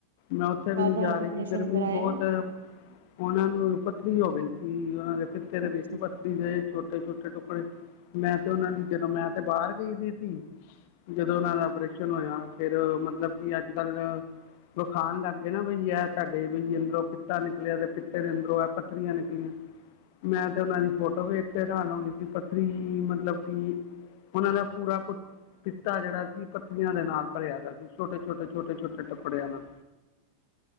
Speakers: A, on the left; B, on the right.
A: ਮੈਂ ਉੱਥੇ
B: ਕਾਹਦਾ
A: ਵੀ ਨੀ ਜਾ ਰਹੀ
B: ਆਪਓਰੇਸ਼ਨ
A: ਸੀ, ਗਰਮੀ
B: ਕਰਾਇਆ
A: ਬਹੁਤ ਐ। ਉਹਨਾਂ ਨੂੰ ਹੁਣ ਪੱਥਰੀ ਹੋ ਗਈ ਸੀ, ਉਹਨਾਂ ਦੇ ਪਿੱਤੇ ਦੇ
B: ਅੱਛਾ
A: ਵਿੱਚ ਪੱਥਰੀ ਦੇ ਛੋਟੇ-ਛੋਟੇ ਤੇ ਟੁਕੜੇ, ਮੈਂ ਤੇ ਉਹਨਾਂ ਦੀ ਜਦੋਂ ਮੈਂ ਤੇ ਬਾਹਰ ਗਈ ਦੀ ਸੀ। ਜਦੋਂ ਉਹਨਾਂ ਦਾ ਆਪਰੇਸ਼ਨ ਹੋਇਆ, ਫਿਰ ਮਤਲਬ ਕਿ ਅੱਜ-ਕੱਲ ਵਖਾਣ ਲੱਗ ਗਏ ਨਾ ਬਈ ਐਹ ਤੁਹਾਡੇ ਬਈ ਅੰਦਰੋਂ ਪਿੱਤਾ ਨਿਕਲਿਆ ਤੇ ਪਿੱਤੇ ਦੇ ਅੰਦਰੋਂ ਐਹ ਪੱਥਰੀਆਂ ਨਿਕਲੀਆਂ। ਮੈਂ ਤੇ ਓਹਨਾਂ ਦੀ ਫੋਟੋ ਵੇਖ ਕੇ ਹੈਰਾਨ ਹੋ ਗਈ ਸੀ। ਪੱਥਰੀ, ਮਤਲਬ ਕਿ ਉਹਨਾਂ ਦਾ ਪੂਰਾ ਪਿੱਤਾ ਜਿਹੜਾ ਸੀ ਪੱਥਰੀਆਂ ਦੇ ਨਾਲ ਭਰਿਆ ਦਾ ਸੀ, ਛੋਟੇ-ਛੋਟੇ, ਛੋਟੇ-ਛੋਟੇ ਟੁਕੜਿਆਂ ਨਾਲ।